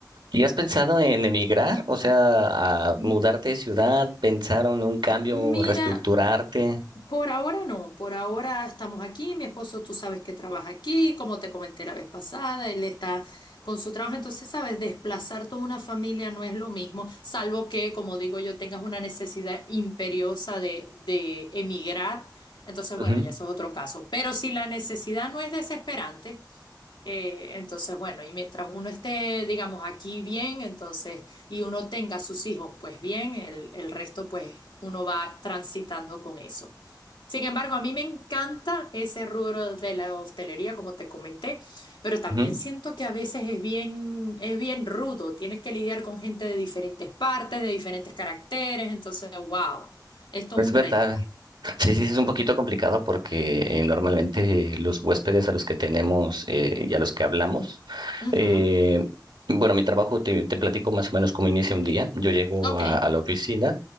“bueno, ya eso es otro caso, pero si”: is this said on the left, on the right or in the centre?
Left